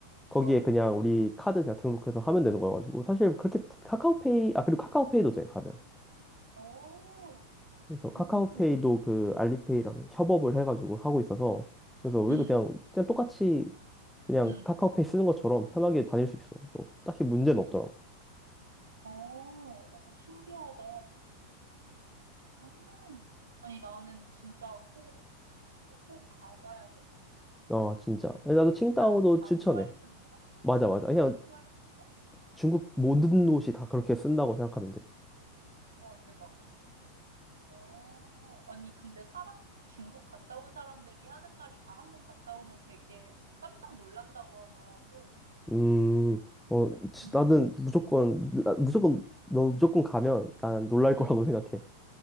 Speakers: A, in the centre; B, on the right.
A: 거기에
B: 어.
A: 그냥 우리 카드 그냥 등록해서 하면 되는 거여가지고, 사실 그렇게 카카오페이, 아, 그리고 카카오페이도 돼, 가면.
B: 오,
A: 그래서 카카오페이도
B: 음,
A: 그 알리페이랑 협업을 해가지고 하고 있어서 그래서 우리도
B: 음,
A: 그냥 그냥 똑같이 그냥
B: 음,
A: 카카오페이 쓰는 것처럼 편하게 다닐 수 있어. 그래서 딱히 문제는 없더라고.
B: 오, 오, 신기하다. 오, 아니, 나는 진짜 꼭, 꼭 가봐야겠어.
A: 어 진짜. 나도 칭다오도
B: 칭타오도 다
A: 추천해.
B: QR 쓰는 거야?
A: 맞아
B: 칭타오도
A: 맞아. 그냥
B: 다 QR 쓰는 거야?
A: 중국 모든 곳이 다 그렇게 쓴다고 생각하면 돼.
B: 와, 대박. 어, 아니, 근데 사람, 중국 갔다 온 사람들이 하는 말이 다 한 번 갔다 오면 되게 깜짝 놀란다고 하더라고.
A: 음, 어 치-
B: 응,
A: 나는 무조건 나- 무조건 너 무조건 가면 난 놀랄 거라고
B: 응.
A: <laughs> 생각해.